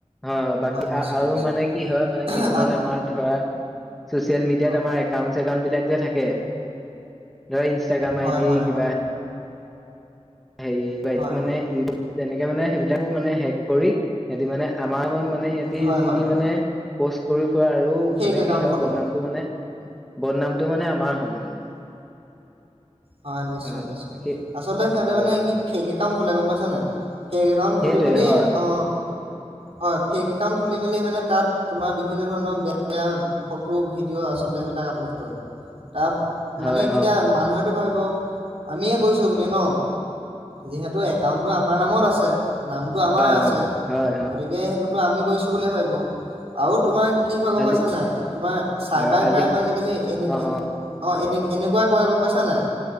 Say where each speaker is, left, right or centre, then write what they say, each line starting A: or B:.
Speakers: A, in the centre; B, on the right.
A: হয় হয় বাকী
B: নিশ্চয়,
A: আৰু
B: নিশ্চয়।
A: মানে কি হয়, মানে কিছুমান
B: আ-
A: আমাৰ ধৰা ছ'চিয়েল মিডিয়াত
B: অ',
A: আমাৰ একাউণ্ট ইষ্টাগাম বিলাক যে থাকে। ধৰা ইনষ্টাগ্ৰাম
B: হয়,
A: আই ডি
B: হয়,
A: কিবা
B: হয়,
A: সেই ইত
B: হয়,
A: মানে ইউটিউব যেনেকে মানে সেইবিলাকো মানে শেষ কৰি, সিহঁতি মানে আমাৰ মন মানে সিহঁতি
B: হয়,
A: যি
B: হয়,
A: টি মানে পষ্ট কৰি পোৱা আৰু
B: ফেক
A: মানে
B: একাউণ্ট
A: কি হয়
B: খোলে,
A: বদনামটো মানে বন নামটো মানে আম মাৰ, হয়, মানে।
B: হয়, নিশ্চয়,
A: উম,
B: নিশ্চয়
A: সেই
B: আচলতে সিহঁত
A: হয়
B: মানে কি ফেক্ একাউণ্ট খোলে গম পাইছা নাই? <inaudible> একাউণ্ট
A: সেইটোৱে
B: খুলি, মেলি
A: হয়
B: অ। হয় ফেক একাউণ্ট খুলি মেলি, মানে তাত তোমাৰ বিভিন্ন ধৰণৰ বেয়া, বেয়া ফটো ভিডিঅ' আচলতে সেইবিলাক আপলোড কৰে। তাৰ
A: হয়
B: মানে কেতিয়া
A: অ'।
B: মানুহে? ভাবিব আমিয়ে কৈছো বুলি ন। যিহেতু একাউণ্টটো আমাৰ নামত আছে। নামটো আমাৰ
A: হয়
B: আছে,
A: অ' হয় অ'
B: গতিকে টোতো আমি গৈছো বুলি ভাবিব, আৰু তোমাৰ কি হয় গম
A: আজি
B: পাইছা নাই, তোমাৰ চাইবাৰ
A: হয় আজি
B: ক্ৰাইম আজিকালি এনে
A: অ'
B: এ
A: অ'
B: অ, এনে এনেকুৱা কয় গম পাইছা নাই।